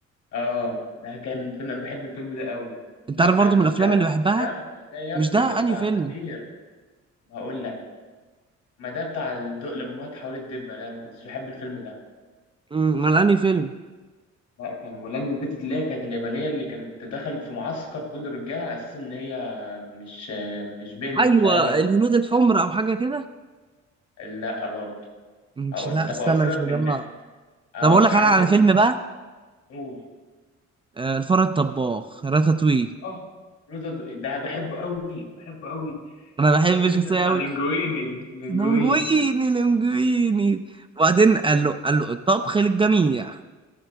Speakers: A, on the left; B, on the right.
A: اه ده كان فيلم أنا بحب الفيلم ده قوي
B: انت
A: لا
B: عارف برضو
A: مش
B: من الافلام
A: ده
B: اللي بحبها
A: مش ده مش ده يا ابني
B: مش ده
A: ده بتاع
B: انهي فيلم
A: زبير بقول لك ما ده بتاع الدق لما هو اتحولت دبة لا ما كنتش بحب الفيلم ده
B: امم، امال انهي فيلم
A: لا كان مولان البت اللي هي كانت اليابانية اللي كانت دخلت في معسكر كل رجالة على أساس إن هي مش مش بنت
B: ايوه
A: إنها ولد
B: الهنود الحمر او حاجه كده
A: لا برضه
B: مش
A: أقول
B: لا
A: طب
B: استنى
A: أقول سيبك
B: مش مجمع
A: من ده آه،
B: طب اقول لك
A: عارف
B: انا على
A: أنت
B: فيلم بقى
A: بتقول
B: آه، الفار الطباخ راتاتوي
A: آه لوتو ده ده بحبه قوي بحبه قوي
B: انا بحب
A: شفت
B: الشخصيه
A: أنت بتاع
B: قوي
A: لينجويني لينجويني
B: لونجويني لونجويني وبعدين قال له قال له الطبخ للجميع